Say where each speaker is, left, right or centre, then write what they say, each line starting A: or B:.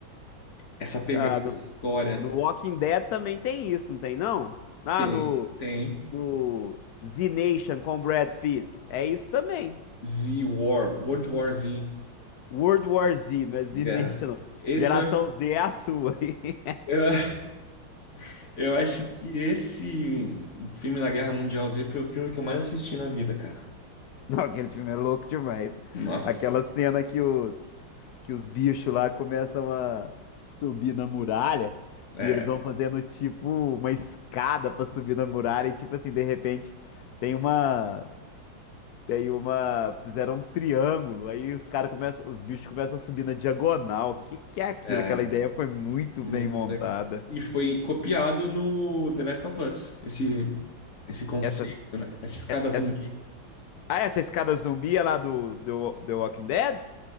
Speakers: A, on the left (about 40°); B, on the left (about 75°).
A: essa pegada,
B: Ah, no,
A: essa história.
B: no Walking Dead também tem isso, não tem não? Ah,
A: Tem,
B: no,
A: tem
B: no Z Nation com Brad Pitt, é isso também.
A: Z War, World War Z,
B: World War Z, não é Z
A: Guerra.
B: Nation, não.
A: Esse
B: Geração
A: eu acho...
B: Z é a sua. <laughs>
A: Eu, <laughs> eu acho que esse filme da Guerra Mundial Z foi o filme que eu mais assisti na vida, cara.
B: Não, aquele filme é louco demais.
A: Nossa,
B: Aquela cena que os que os bichos lá começam a subir na muralha
A: é,
B: e eles vão fazendo tipo uma escada pra subir na muralha e tipo assim, de repente tem uma tem uma fizeram um triângulo, aí os caras começam, os bichos começam a subir na diagonal. que que é aquilo?
A: é
B: Aquela ideia foi muito
A: muito
B: bem montada.
A: legal. E foi copiado no The Last of Us, esse, esse conceito,
B: Essas
A: né? Essa escada zumbi.
B: essa, ah, essa escada zumbi é lá do, do The Walking Dead?